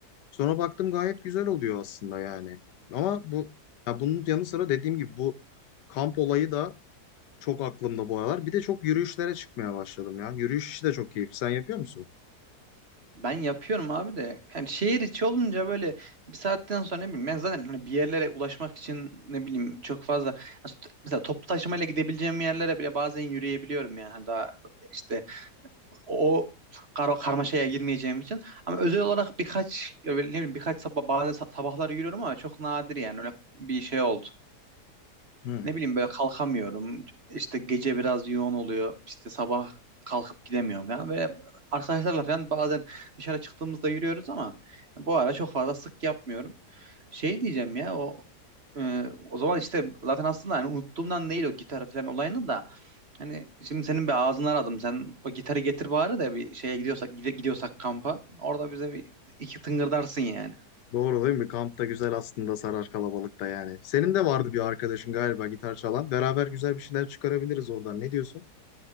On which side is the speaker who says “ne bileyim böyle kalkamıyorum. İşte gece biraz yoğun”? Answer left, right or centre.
Right